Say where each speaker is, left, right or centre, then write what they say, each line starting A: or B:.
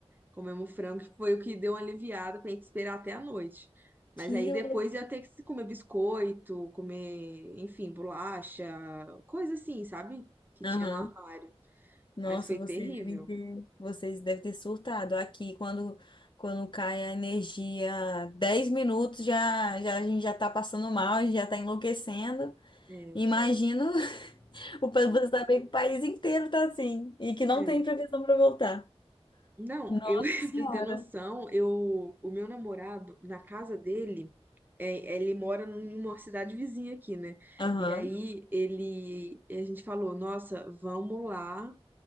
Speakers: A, on the right; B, on the left.
A: Comemos frango, que foi o que deu uma aliviada pra gente esperar até a noite. Mas
B: quilo.
A: aí depois
B: lou-
A: ia ter que comer biscoito, comer, enfim, bolacha, coisa assim, sabe? Que tinha
B: Aham.
A: no armário.
B: Nossa,
A: Mas foi
B: vocês
A: terrível.
B: devem ter, vocês devem ter surtado. Aqui, quando, quando cai a energia, 10 minutos já, já a gente já tá passando mal, a gente já tá enlouquecendo.
A: É,
B: Imagino <laughs> o povo saber que o país inteiro tá assim e que não
A: é.
B: tem previsão para voltar.
A: Não,
B: Nossa
A: eu, <laughs>
B: Senhora.
A: pra você ter noção, eu, o meu namorado, na casa dele, é, ele mora numa cidade vizinha aqui, né?
B: Aham.
A: E aí ele, a gente falou, nossa, vamos lá